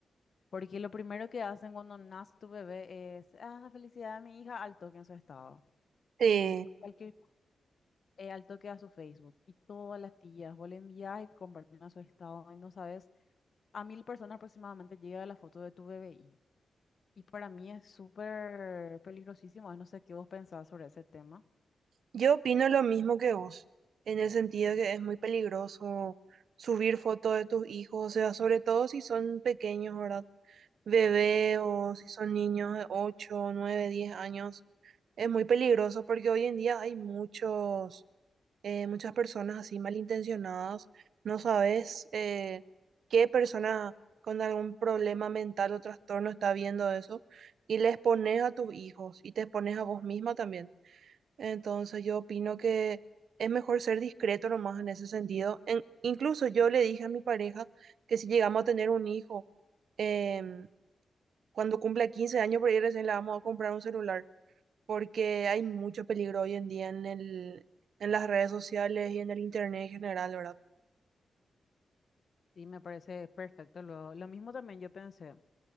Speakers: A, on the left; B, on the right.
A: porque lo primero que hacen cuando nace tu bebé es, ah, felicidad de mi hija, al toque en su estado.
B: Sí,
A: Y cualquier, eh, al toque a su Facebook. Y todas las tías, vos le envías y comparten a su estado. Y no sabes, a mil personas aproximadamente llega la foto de tu bebé. Y para mí es súper peligrosísimo, no sé qué vos pensabas sobre ese tema.
B: yo opino lo mismo que vos, en el sentido que es muy peligroso subir fotos de tus hijos, o sea, sobre todo si son pequeños, ¿verdad? Bebé o si son niños de 8, 9, 10 años, es muy peligroso porque hoy en día hay muchos, eh, muchas personas así malintencionadas, no sabes eh, qué persona con algún problema mental o trastorno está viendo eso y les pones a tus hijos y te expones a vos misma también. Entonces yo opino que es mejor ser discreto nomás en ese sentido. En- incluso yo le dije a mi pareja que si llegamos a tener un hijo, em, cuando cumpla 15 años por ahí recién le vamos a comprar un celular, porque hay mucho peligro hoy en día en el, en las redes sociales y en el internet en general, ¿verdad?
A: Y me parece perfecto. Lo, lo mismo también yo pensé.